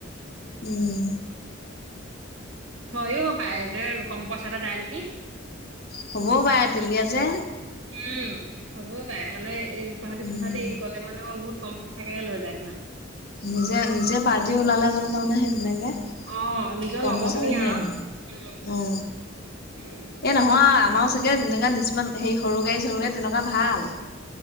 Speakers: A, on the left (about 55°); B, on the right (about 80°).
A: উম।
B: হয়ও পায় আৰু কম পইচাটে দায় নেকি
A: হ'বও পাৰে তেলীয়া যে
B: উম হ'বও পাৰে মানে এই গুৱাহাটী
A: উম
B: চাহাটী গ'লে মানে বহুত কম পইচাকে লৈ যায় সেনা
A: নিজে নিজে পাৰ <unintelligible> দি ওলালে মানে তাৰমানে সেই তেনেকে
B: অ নিজৰ
A: কম
B: লগৰ
A: পইচাৰে
B: খিনি
A: নিয়
B: আৰু
A: আহেম
B: উম
A: অ
B: উম
A: এ নহয় আমাৰো চাগে এনেুৱা কিছুমান হেৰি সৰু গাড়ী চৰু গাডী তেনেকুৱা ভাল